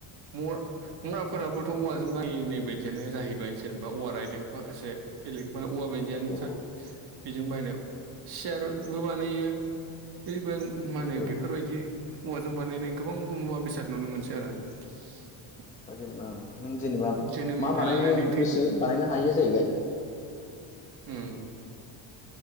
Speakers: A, on the right; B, on the left.
A: <unintelligible> मराफोराबोथ' औवाजों बानायनाय बायदिआनो। नो जाहैबाय जेनेबा औवा रायदों माखासे <unintelligible>
B: औ
A: बेजों बायनायाव सियारबो बानायो बे बें मा होनो
B: औ
A: बेफोरबायदि औवाजों बानायनाय गोबां मुवा बेसाद नुनो मोनसै आरो। <unintelligible>
B: जेनेबा ओं नों जेनेबा
A: जोनोमनिफ्राय
B: मा बानायनो
A: लानानै
B: गोसो बानायनो हायो जाहैबाय।
A: ओं